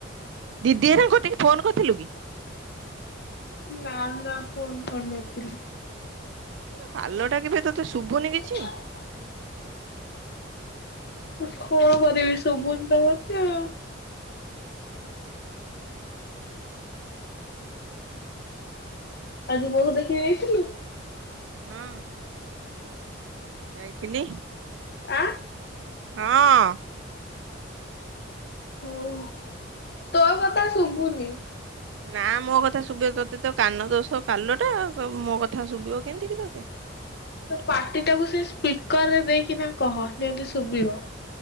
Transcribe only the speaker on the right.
ଦିଦି ହରିଆଙ୍କ କତିକି ଫୋନ୍ କରିଥିଲୁ କି?
ଏଟା କାଲଟା କିବେ ତ ତୁ ଶୁଭୁନି। କିଛି
ହଁ ଯାଇଥିଲି।
ହଁ ଅଁ।
ନା ମୋ କଥା ଶୁଭିବ ତୋତେ ତ କାନ ଦୋଷ କାଲ ଟା ମୋ କଥା ଶୁଭିବ କେମିତି କି ତୋତେ।